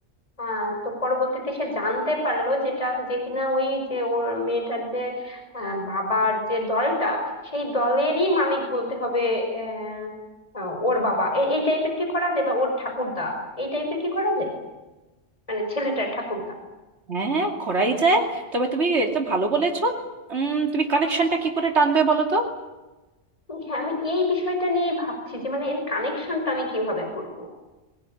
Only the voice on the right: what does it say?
হ্যাঁ করাই যায় তবে তুমি এটা তো ভালো বলেছো উম তুমি কানেকশনটা কি করে টানবে বলো তো